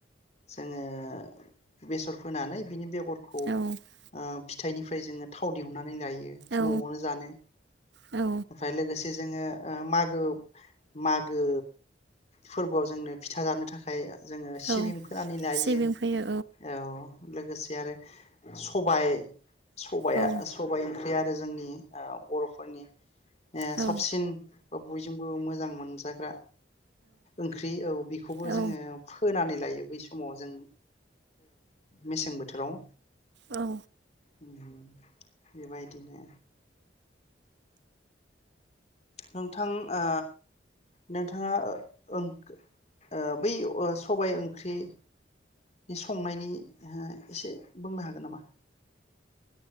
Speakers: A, on the left (about 35°); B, on the right (about 70°).
A: जोङो बेसर फोनानै बिनि बेगर खौ
B: औ
A: आ फिथायनिफ्राय जोङो थाव दिहुननानै जायो
B: औ
A: नआवनो जानो
B: औ
A: ओमफ्राय लोगोसे जोङो मागो मागो फोरबोआव जोंनो फिथा जानो थाखाय जोङो सिबिं
B: औ
A: फोनानै लायो
B: सिबिं फैयो
A: औ। लोगोसे आरो सबाय सबाया
B: औ
A: सबाय ओख बे आरो जोंनि बरफोरनि ए
B: औ
A: साबसिन बयजोंबो मोजां मोनजाग्रा ओंख्रि औ बेखौबो
B: औ
A: जोङो फोनानै लायो बै समाव जों मेसें बोथोराव
B: औ
A: उम बेबायदिनो नोंथां ओ नोंथाङा ओं ओ बै ओ सबाय ओंख्रि संनायनि ओहो एसे बुंनो हागोन नामा